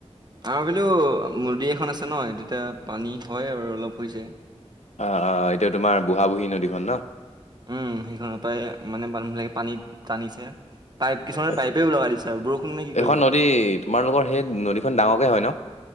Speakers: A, on the right; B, on the left.
A: আলো মুৰ্দী এখন আছে ন তেতিয়া পানী হয় আৰু অলপ হৈছে
B: অহ অহ এতিয়া তোমাৰ বুঢ়া বুঢ়ী নদীখন ন
A: উম সেইখনৰ পৰাই মানে মানুহবিলাকে পানীত টানিছে পাইপ কিছুমানে
B: আচ্ছা আচ্ছা
A: পাইপে লগলাই দিছে আৰু বৰষুণ নাই কি
B: এইখন
A: কৰিব
B: নদী
A: আৰু <inaudible>
B: তোমালোকৰ সেই নদীখন ডাঙৰকে হয় ন